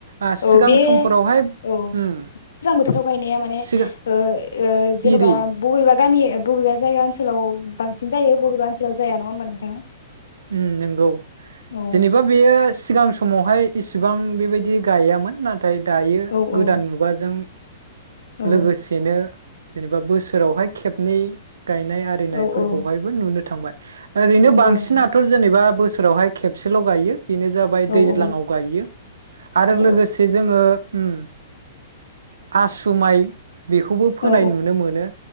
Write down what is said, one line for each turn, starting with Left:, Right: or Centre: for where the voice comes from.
Right: आ सिगां
Left: औ बे
Right: समफोरावहाय
Left: औ गोजां
Right: उम
Left: बोथोराव गायनाया माने
Right: सिगां
Left: ओ ओ जेनेबा
Right: इरि
Left: बबेबा गामि बबेबा जायगानो ओनस सोलाव बांसिन जायो बबेबा ओनसोलाव जाया नङा होमबा नोंथां?
Right: ओम नंगौ
Left: औ
Right: जेनेबा बेयो स सिगां समावहाय इसिबां बेबायदि गायामोन नाथ नाथाय दायो
Left: औ
Right: गोदान
Left: औ
Right: मुगाजों
Left: औ
Right: लोगोसेनो जेनेबा बोसोरावहाय खेबनै गायनाय आरिनायफोरखौहायबो
Left: औ औ
Right: नुनो थांबाय। ओरैनो
Left: नंगौ
Right: बांसिना
Left: नोंथां
Right: जेनेबा बोसोरावहाय खेबसेल' गायो बेनो जाबाय
Left: औ
Right: दैज्लाङाव
Left: औ
Right: गायो आरो
Left: औ
Right: लोगोसे जोङो। ओम आसुमाइ बेखौबो फोनाय
Left: औ
Right: नुनो मोनो।